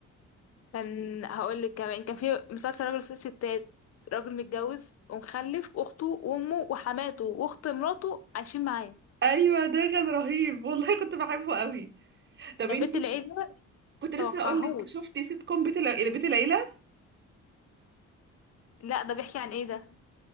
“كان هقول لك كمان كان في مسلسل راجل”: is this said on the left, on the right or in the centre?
Left